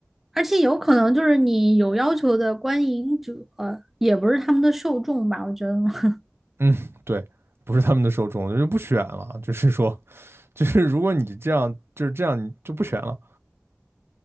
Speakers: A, in the centre; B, on the right.
A: 而且有可能就是你有要求的观影者，也不是他们的受众吧，我觉得。<laughs>
B: 嗯对，不是他们的受众，就不选了，就是说 <laughs> 就是如果你这样就是这样，你就不选了，